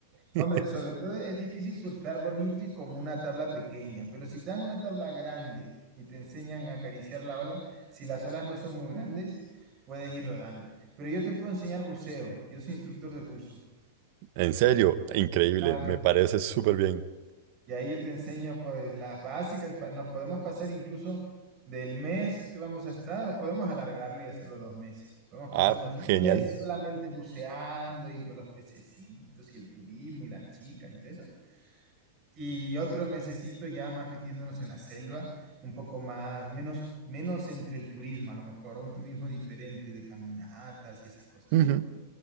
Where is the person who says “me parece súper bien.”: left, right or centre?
Right